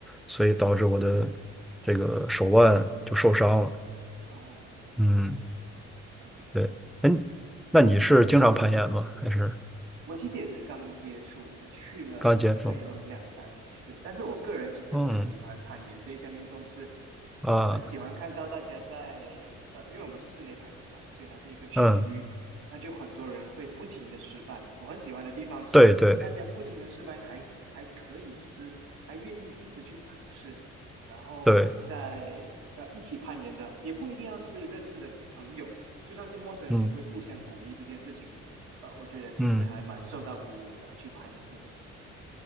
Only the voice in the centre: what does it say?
所以导致我的这个手腕就受伤了。
嗯，
对。
哎，那你是经常攀岩吗？还是
刚接触？
嗯啊，
嗯，
对对
对，
嗯
嗯。